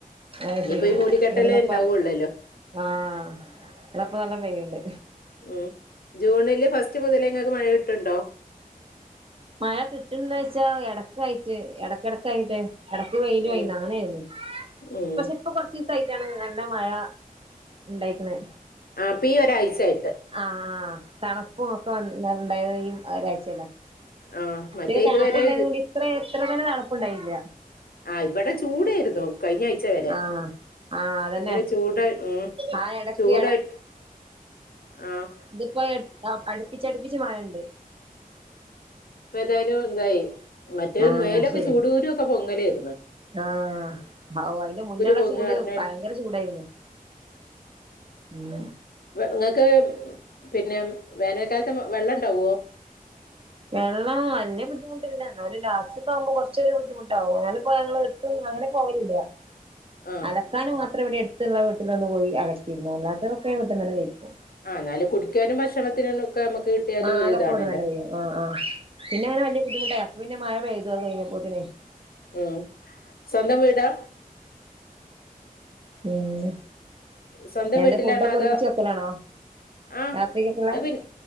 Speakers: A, on the right; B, on the left.
A: അത്
B: ഇനിപ്പോ
A: ശരി
B: ഈ മൂടിക്കെട്ടലേണ്ടാവുള്ളല്ലോ.
A: ഇവിടന്നപ്പ ആഹ് ഇവടപ്പ നല്ല പെയ്യ്ണ്ട്.
B: ഉം ജൂണില് ഫസ് സ്റ്റ് മുതലേ നിങ്ങക്ക് മഴ കിട്ടുണ്ടോ
A: മഴ കിട്ട്ന്ന് വെച്ചാ എടക്കായിട്ട് എടക്കെടക്കായിട്ടേ എടക്ക് വെയിലുവായിന്ന്
B: ഉം
A: അങ്ങനായിരുന്നു
B: ഉം
A: പക്ഷെ ഇപ്പോ കൊറച്ച് സ്സായിട്ടാണ് നല്ല മഴ ഇണ്ടായിക്കണേ
B: ആഹ് അപ്പ ഈ ഒരാഴ്ചയായി
A: ആഹ് തണുപ്പുവൊക്ക വന്ന്ണ്ടായത് ഈ ഒരാഴ്ച
B: ആ മറ്റേ
A: ഏ തണപ്പുണ്ടായത്
B: ഇതുവരെ
A: കൂടി ഇത്രേ തന്നെ തണുപ്പുണ്ടായില്ല.
B: ആഹ് ഇവടെ ചൂടെയിരുന്നു കഴിഞ്ഞാഴ്ച വെരെ.
A: ആഹ് ആഹ് അതന്നെ
B: ഭങ്കര ചൂട ഉം
A: ആ എടക്ക്
B: ചൂടായി ആഹ്.
A: ഇതിപ്പ യെട് ആഹ് അടുപ്പിച്ചടിപ്പിച്ച് മഴയിണ്ട്.
B: ഇപ്പയെതായലു ഇതായി മറ്റേ
A: ആഹ്
B: മേലൊക്കെ
A: ശരി
B: ചൂടൂകുരുക്കെ പൊങ്ങലേരുന്ന്‌.
A: ആഹ് ഹാവൂ അയിന്റെ മുന്നെള്ള
B: പൊങ്ങ
A: ചൂട്
B: പറഞ്ഞാൽ
A: ഭയങ്കര ചൂടായിരുന്നു. ഉം
B: വെ നിങ്ങക്ക് പിന്നെ വേനൽക്കാലത്ത് വെ വെള്ളണ്ടാവോ
A: വെള്ളം വല്ല്യ ബുദ്ധിമുട്ടില്ല എന്നാലും ലാസ്റ്റ് ഒക്കെയാവുമ്പ കൊറച്ചൊരു ബുദ്ധിമുട്ടാവും അന്നാലിപ്പോ ഞങ്ങള് പ്പം അങ്ങനെ പോവലില്ല
B: ആ
A: അലക്കാന് മാത്രം ഇവിടെ എടു ത്ത്ള്ള വീട്ടിലൊന്നു പോയി അലക്കിരുന്നു അല്ലാത്തൊക്കെ വീട്ടിൽ തന്നെ ക.
B: ആ ന്നാല് കുടിക്കാനും ഭക്ഷണത്തിനും ഒക്കെ നമ്മുക്ക് കിട്ടിയാലും
A: ആഹ്
B: ഒരുതാണല്ലോ.
A: അതൊക്കെ ഇവിടെ തന്നെ പെയ്യും ആഹ് ആഹ് പിന്നെ അങ്ങനെ വെല്ല്യ ബുദ്ധിമുട്ടായി അപ്പൊ പിന്നെ മഴ പെയ്തു അത്കഴിഞ്ഞപ്പോത്തിനെ.
B: ഉം സ്വന്തം വീടാ?
A: ഉം
B: സ്വന്തം
A: എന്താ
B: വീട്ടിലാണോ
A: ഫുഡൊക്കെ
B: അതോ
A: ഒരുമിച്ച് വെക്കലാണോ?
B: ആഹ്
A: രാത്രിക്കൊക്കുള്ളെ
B: അഹ് പിന്നെ